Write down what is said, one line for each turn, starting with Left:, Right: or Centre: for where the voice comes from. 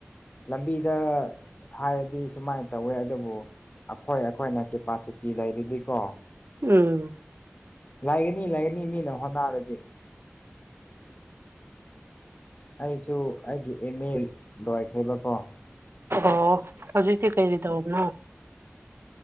Left: ꯂꯝꯕꯤꯗ ꯍꯥꯏꯔꯗꯤ ꯁꯨꯃꯥꯏꯅ ꯇꯧꯋꯦ ꯑꯗꯨꯕꯨ ꯑꯈꯣꯏ ꯑꯈꯣꯏꯅ ꯀꯦꯄꯥꯁꯤꯇꯤ ꯂꯩꯔꯤꯗꯤꯀꯣ
Right: ꯎꯝ
Left: ꯂꯩꯒꯅꯤ ꯂꯩꯒꯅꯤ ꯃꯤꯅ ꯍꯣꯠꯅꯔꯗꯤ ꯑꯩꯁꯨ ꯑꯩꯒꯤ ꯏꯃꯦꯜ ꯂꯥꯏꯈ꯭ꯔꯕꯀꯣ
Right: ꯑꯣ ꯍꯧꯖꯤꯛꯇꯤ ꯀꯩꯔꯤ ꯇꯧꯕꯅꯣ